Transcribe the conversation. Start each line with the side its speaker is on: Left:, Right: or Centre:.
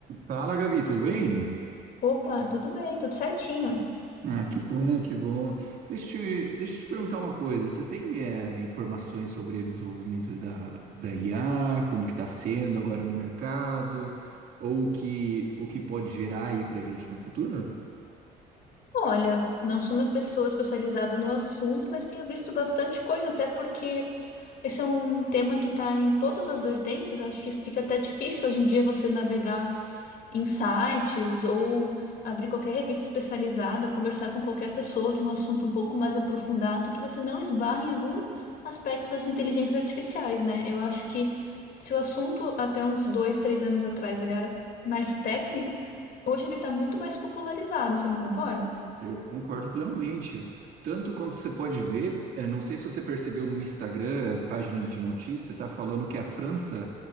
Right: Fala, Gabi, tudo bem?
Left: Opa, tudo bem, tudo certinho.
Right: Ah, que bom, que bom. Deixa eu te, deixa eu te perguntar uma coisa. Você tem eh, informações sobre o desenvolvimento da, da IA, como que está sendo agora no mercado, ou o que, o que pode gerar aí para a gente no futuro?
Left: Olha, não sou uma pessoa especializada no assunto, mas tenho visto bastante coisa, até porque esse é um tema que está em todas as vertentes. Acho que fica até difícil hoje em dia você navegar em sites ou abrir qualquer revista especializada, conversar com qualquer pessoa de um assunto um pouco mais aprofundado que você não esbarre em algum aspecto das inteligências artificiais, né? Eu acho que se o assunto até uns dois, três anos atrás ele era mais técnico, hoje ele está muito mais popularizado, você não concorda?
Right: Eu concordo plenamente. Tanto quanto você pode ver, eh, não sei se você percebeu no Instagram, páginas de notícia, tá falando que a França